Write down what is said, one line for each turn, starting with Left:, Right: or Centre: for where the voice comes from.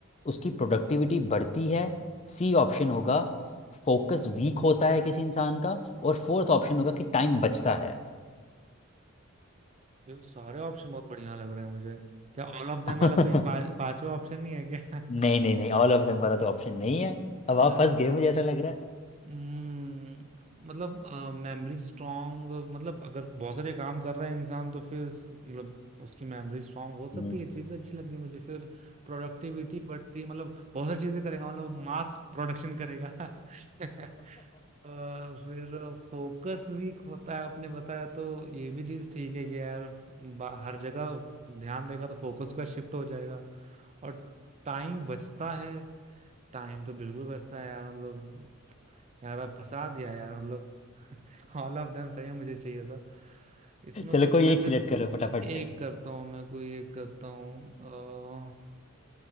Left: उसकी प्रोडक्टिविटी बढ़ती है सी ऑप्शन होगा फोकस वीक होता है किसी इंसान का और फोर्थ ऑप्शन होगा कि टाइम बचता है
Right: ये तो सारे ऑप्शन बहुत बढ़िया लग रहे हैं मुझे क्या ऑल ऑफ देम
Left: <laughs>
Right: वाला कोई पा, पांचवा ऑप्शन नहीं है क्या
Left: नहीं नहीं नहीं ऑल ऑफ देम वाला तो ऑप्शन नहीं है अब
Right: <laughs>
Left: आप फंस गए मुझे ऐसा लग रहा है
Right: हम्म, मतलब मेमोरी स्ट्रांग मतलब अगर बहुत सारे काम कर रहा है इंसान तो फिर स- मतलब उसकी मेमोरी स्ट्रांग हो सकती
Left: हम्म।
Right: है ये चीज भी अच्छी लग रही है मुझे फिर प्रोडक्टिविटी बढ़ती है मतलब बहुत सारी चीजें करेगा मतलब मास प्रोडक्शन करेगा <laughs> अ, फिर फोकस वीक होता है आपने बताया तो ये भी चीज ठीक है कि यार बा- हर जगह ध्यान देगा तो फोकस का शिफ्ट हो जाएगा और टाइम बचता है टाइम तो बिल्कुल बचता है यार मतलब यार आप फंसा दिया यार मतलब <laughs> ऑल ऑफ देम सही है मुझे चाहिए था इसमें
Left: <laughs> चलो
Right: कुछ
Left: कोई
Right: मैं
Left: एक
Right: फिर
Left: सिलेक्ट करो फटाफट
Right: एक
Left: से।
Right: करता हूँ मैं कोई एक करता हूँ अ,